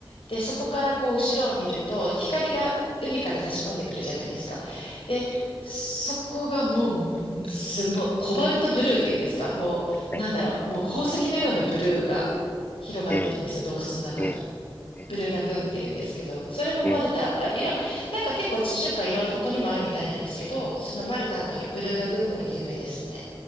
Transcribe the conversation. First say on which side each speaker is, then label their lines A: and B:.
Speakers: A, on the left; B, on the left.
A: で、そこからこう、後ろを見ると、光が海から差し込んでくるじゃないですか。で、そこがもう、すごい、コバルトブルーっていうんですか、もう、
B: ええ、
A: なんだろう、もう宝石のようなブルーが広がってるんですよ、
B: ええ、
A: 洞窟の中に。
B: ええ、ええ、
A: ブルーラグーンっていうんですけど、それもマルタ、
B: ええ、
A: あ、いろ、なんか結構地中海いろいろ他にもあるみたいなんですけど、そのマルタのブルーラグーンも有名ですね。